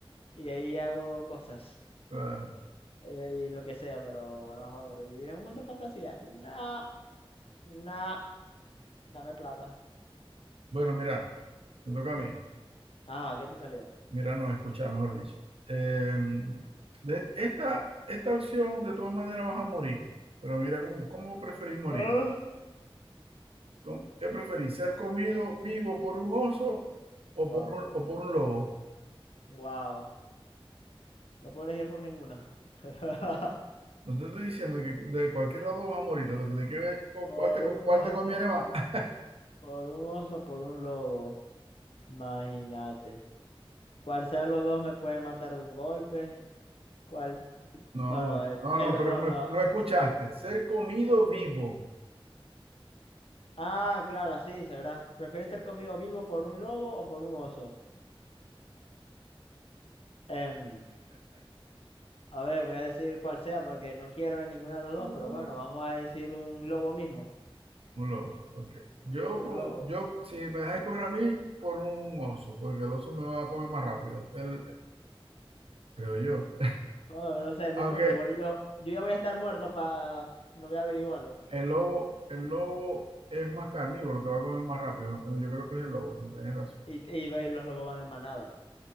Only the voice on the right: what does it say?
claro.
Bueno, mira, me toca a mí.
Mira, no, escucha, mejor dicho. Eh, de- esta, esta opción, de todas maneras, vas a morir. Pero mira, ¿cómo, cómo preferís morir?
¿Cómo- ¿Qué preferís? ¿Ser comido vivo por un oso o
por un, o por un lobo?
No te estoy diciendo que de cualquier lado vas a morir. Lo que tenés que ver con
cuál te,
cuál
te conviene más.
<laughs>
No,
no, no,
pero
no,
no escuchaste. Ser comido vivo.
<laughs>
Un lobo, ok. Yo,
con-
yo, si me dejas escoger a mí, por un oso, porque el oso me va a comer más rápido, el, creo yo.
<laughs> Aunque
el lobo, el lobo es más carnívoro, te va a comer más rápido. Yo creo que es el lobo, si tenés razón.